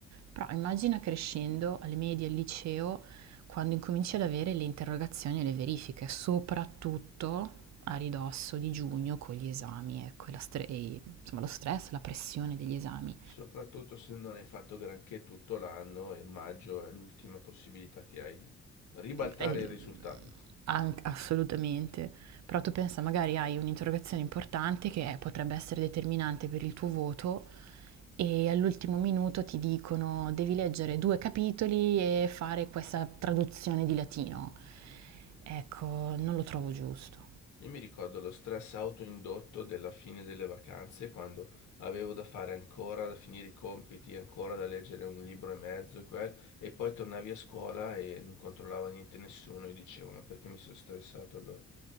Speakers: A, on the right; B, on the left.
A: Però immagina crescendo alle medie, al liceo, quando incominci ad avere le interrogazioni e le verifiche, soprattutto a ridosso di giugno con gli esami, ecco, e la stre- e, insomma, lo stress, la pressione degli esami.
B: soprattutto se non hai fatto granché tutto l'anno e maggio è l'ultima possibilità che hai di ribaltare
A: Eh,
B: il risultato.
A: an- assolutamente. Però tu pensa, magari hai un'interrogazione importante che eh, potrebbe essere determinante per il tuo voto e all'ultimo minuto ti dicono devi leggere due capitoli e fare questa traduzione di latino. Ecco, non lo trovo giusto.
B: Io mi ricordo lo stress autoindotto della fine delle vacanze, quando avevo da fare ancora, da finire i compiti, ancora da leggere un libro e mezzo e quel, e poi tornavi a scuola e non controllava niente nessuno e dicevo, ma perché mi sono stressato allora?